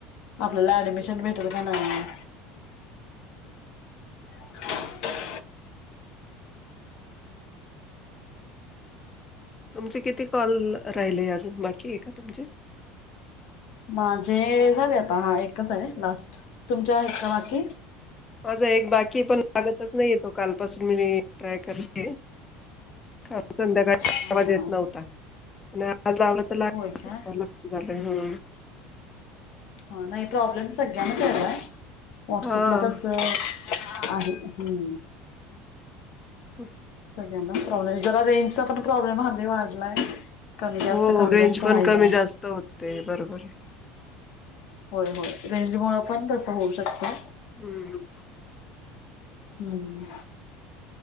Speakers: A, on the left; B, on the left.
A: आपल्याला ऍडमिशन भेटेल का नाही? <inaudible>
B: तुमचे किती कॉल राहिले अजून, बाकी आहे का तुमचे?
A: माझे झाले आता, हा, एकच आहे लास्ट, तुमचे आहेत का बाकी?
B: माझा एक बाकी ये, पण लागतच नाही तो, कालपासून मी ट्राय करते. काल संध्याकाळ
A: हा
B: आवाज येत
A: हा
B: नव्हता, आणि आज लावला
A: होय
B: <unintelligible>
A: काय
B: <inaudible>
A: हा, नाही प्रॉब्लेम सगळ्यांनाच यायलाय, व्हॉट्सअपला
B: हां.
A: तस <unintelligible> हम्म!
B: हम.
A: सगळ्यांना प्रॉब्लेम, जरा रेंजचा पण प्रॉब्लेम हल्ली वाढलाय. कमी जास्त
B: हो,
A: कमी
B: रेंज
A: जास्त व्हायलाय
B: पण कमी जास्त होते, बरोबर.
A: होय होय, रेंज मूळ पण तस होऊ शकतय.
B: हं.
A: हम्.